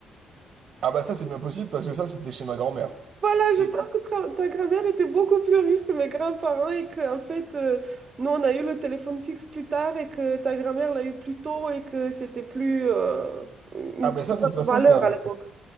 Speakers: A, on the right; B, on the right.
A: Ah bah ça, c'est bien possible, parce que ça, c'était chez ma grand-mère.
B: <laughs> Voilà,
A: et
B: je pense que tra- ta grand-mère était beaucoup plus riche que mes grands-parents et qu'en fait, euh, nous, on a eu le téléphone fixe plus tard et que ta grand-mère l'a eu plus tôt et que c'était plus, euh, une
A: Ah ben
B: plus
A: ça, de
B: grande
A: toute façon,
B: valeur
A: ça,
B: à l'époque.